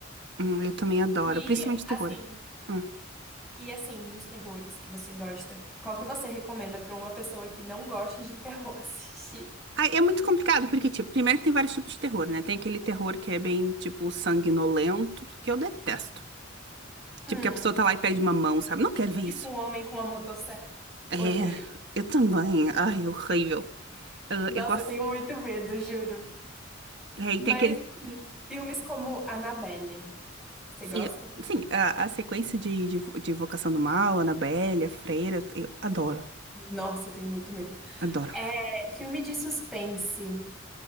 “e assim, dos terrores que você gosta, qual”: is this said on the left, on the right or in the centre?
Centre